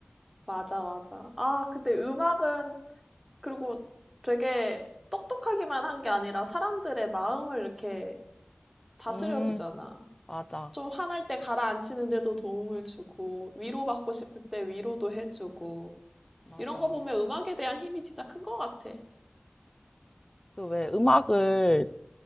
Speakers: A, in the centre; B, on the left.
A: 맞아, 맞아. 아, 근데 음악은 그리고 되게 똑똑하기만 한 게 아니라 사람들의 마음을 이렇게 다스려
B: 음,
A: 주잖아.
B: 맞아,
A: 좀 화날 때 가라앉히는데도 도움을 주고, 위로받고 싶을 때 위로도 해주고,
B: 맞아,
A: 이런 거
B: 맞아.
A: 보면 음악에 대한 힘이 진짜 큰 것 같아.
B: 그 왜 음악을